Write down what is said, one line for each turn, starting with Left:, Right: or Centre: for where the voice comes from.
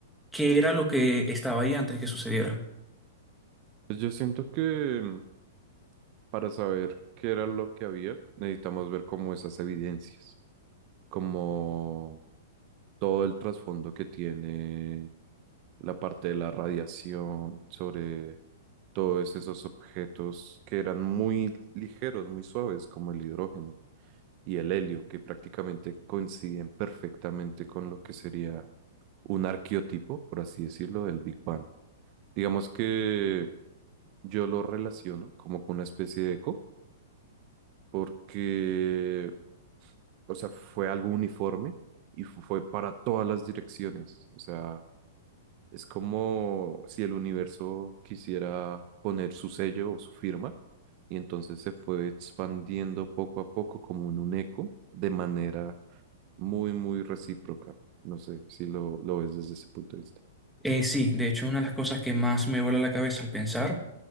Centre: qué era lo que estaba ahí antes de que sucediera?
Right: Pues yo siento que mm, para saber qué era lo que había, necesitamos ver como esas evidencias, como todo el trasfondo que tiene la parte de la radiación, sobre todos esos objetos que eran muy ligeros, muy suaves, como el hidrógeno y el helio, que prácticamente coinciden perfectamente con lo que sería un arqueotipo, por así decirlo, del Big Bang. Digamos que yo lo relaciono como con una especie de eco, porque, o sea, fue algo uniforme y fu- fue para todas las direcciones, o sea Es como si el universo quisiera poner su sello o su firma y entonces se fue expandiendo poco a poco como en un eco de manera muy, muy recíproca. No sé si lo, lo ves desde ese punto de vista.
Centre: Eh, sí, de hecho, una de las cosas que más me vuela la cabeza al pensar